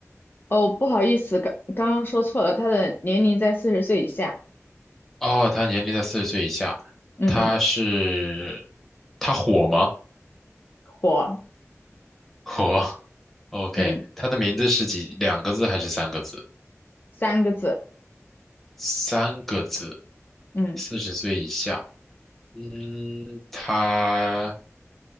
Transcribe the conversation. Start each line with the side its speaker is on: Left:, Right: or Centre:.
Left: 哦，不好意思，刚刚刚说错了，他的年龄在四十岁以下。
Centre: 哦，他年龄在四十岁以下，
Left: 嗯嗯，
Centre: 他是他火吗？
Left: 火，
Centre: 火，OK，
Left: 嗯，
Centre: 他的名字是几两个字还是三个字？
Left: 三个字，
Centre: 三个字，
Left: 嗯，
Centre: 四十岁以下，嗯，他